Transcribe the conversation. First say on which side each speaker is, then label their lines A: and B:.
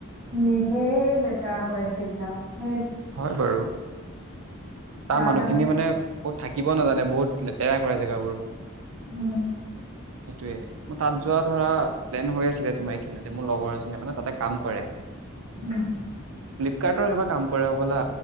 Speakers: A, on the right; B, on the right.
A: নিজেই লেতেৰা কৰে সেইবিলাক সেই
B: হয় বাৰু তাৰ
A: যা
B: মানুহখিনি
A: তা বস্তু।
B: মানে কত থাকিব নাজানে বহুত লেতেৰা কৰে জেগাবোৰ
A: উম <inaudible>
B: সেইটোয়ে ম তাত যোৱা ধৰা প্লেন হৈ আছিলে তোমাৰ এইখিনতে মোৰ লগৰ মানে তাতে কাম কৰে <unintelligible>
A: উম
B: ফ্লিপকাৰ্টৰ ক কাম কৰা বলা